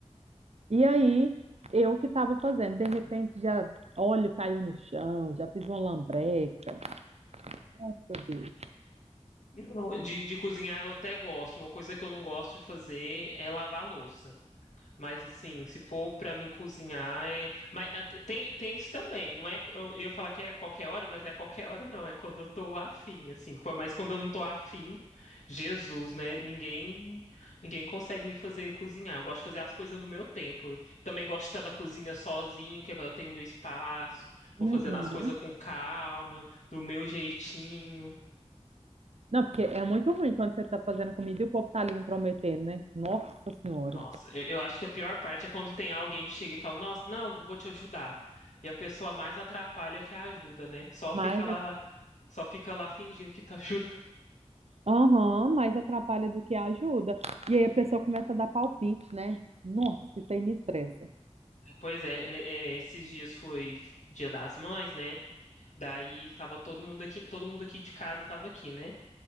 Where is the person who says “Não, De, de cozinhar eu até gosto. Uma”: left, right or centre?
Left